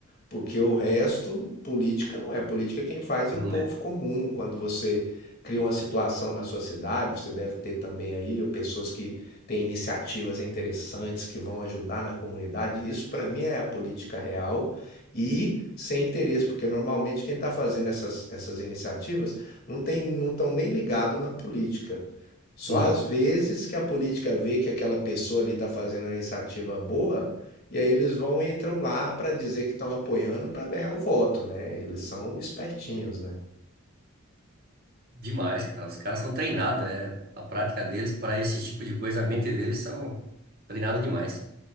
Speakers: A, on the left; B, on the right.
A: Porque o resto, política não é. Política quem faz é
B: não
A: o povo
B: é?
A: comum. Quando você cria uma situação na sua cidade, você deve ter também aí pessoas que têm iniciativas interessantes que vão ajudar na comunidade. Isso para mim é a política real e sem interesse, porque normalmente quem está fazendo essas, essas iniciativas não tem, não estão nem ligado na política. Só
B: Não,
A: às vezes que a política vê que aquela pessoa ali está fazendo uma iniciativa boa, e aí eles vão e entram lá para dizer que estão apoiando para ganhar o voto, né? Eles são espertinhos, né?
B: demais, cara. Os caras são treinados, é a prática deles para esse tipo de coisa, a mente deles são treinada demais.